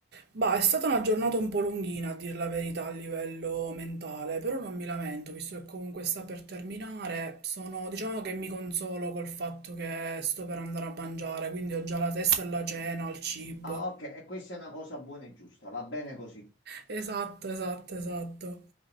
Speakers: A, on the right (about 60°); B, on the left (about 65°).
A: Bah, è stata una giornata un po' lunghina, a dire la verità, a livello mentale, però non mi lamento, visto che comunque sta per terminare. Sono, diciamo che mi consolo col fatto che sto per andare a mangiare, quindi ho già la testa alla cena, al cibo.
B: Ah, ok, e questa è una cosa buona e giusta, va bene così.
A: Esatto, esatto, esatto.